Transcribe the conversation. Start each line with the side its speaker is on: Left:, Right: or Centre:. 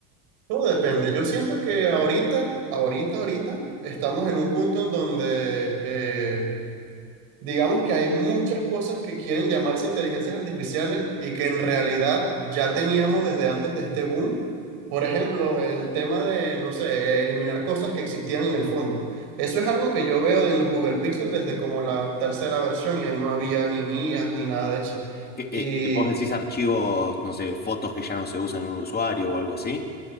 Right: Todo depende. Yo siento que ahorita, ahorita, ahorita, estamos en un punto en donde eh, Digamos que hay muchas cosas que quieren llamarse inteligencias artificiales y que en realidad ya teníamos desde antes de este boom. Por ejemplo, el tema de, no sé, eliminar cosas que existían en el fondo. Eso es algo que yo veo en los Google Pixel desde como la tercera versión y ahí no había ni guías ni nada de eso.
Left: ¿Qué,
Right: y
Left: eh, vos decís archivos, no sé, fotos que ya no se usan en un usuario o algo así?